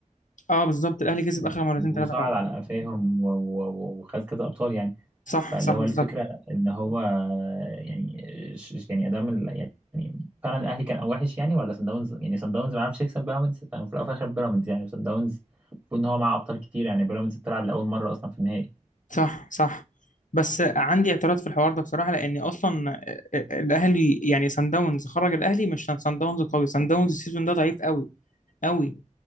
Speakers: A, on the left; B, on the right.
A: اه بالظبط الاهلي كسب
B: و-
A: اخر مرتين ثلاثه
B: وصعد
A: فعلا
B: على قفاهم و- و- وخد كذا ابطال يعني
A: صح
B: فاللي
A: صح
B: هو
A: بالظبط
B: الفكرة ان هو يعني ش- يعني ادام ال- يعني فعلا الاهلي كان او وحش يعني ولا سان داونز يعني سان داونز ما عرفش يكسب بيراميدز ففي الاول وفي الاخر بيراميدز يعني سان داونز المفروض ان هو معاه ابطال كتير يعني بيراميدز بتلعب لاول مرة اصلا في النهائي
A: صح صح بس عندي اعتراض في الحوار ده بصراحه لان اصلا آه، آه، الاهلي يعني سان داونز خرج الاهلي مش سان داونز قوي سان داونز السيزون ده ضعيف قوي قوي